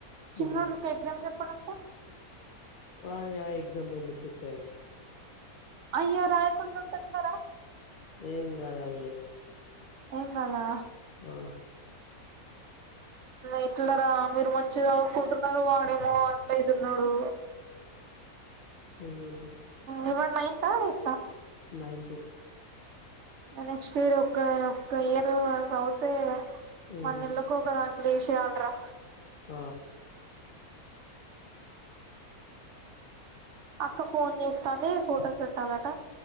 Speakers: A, on the right; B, on the left.
A: చిన్నడుకీ
B: ఆ
A: ఎగ్జామ్ చెప్పడంట
B: వానీ ఆ ఎగ్జామ్ ఎందుకు చూతయి
A: అయ్యా రాయకుండా ఉండే ఎట్లారా
B: ఏం కాదు అవి
A: ఏం కదా
B: ఆ
A: ఎట్ల రా మీరు మంచి చదువుకుంటున్నారు వాడేమో అట్లా అతున్నాడు
B: ఏం చేద్దాం
A: ఒ వాడు నైన్త్ ఆ ఎయిట్ ఆ
B: నైన్త్
A: నెక్స్ట్ ఇయర్ ఒ ఒక్క ఇయర్ అ చదువుతే
B: ఉమ్
A: వాని ఎల్లుకోకదాని వేశేయాలి రా
B: ఆ
A: అక్క ఫోన్ చేస్తాది ఫొటోస్ పెట్టాలాట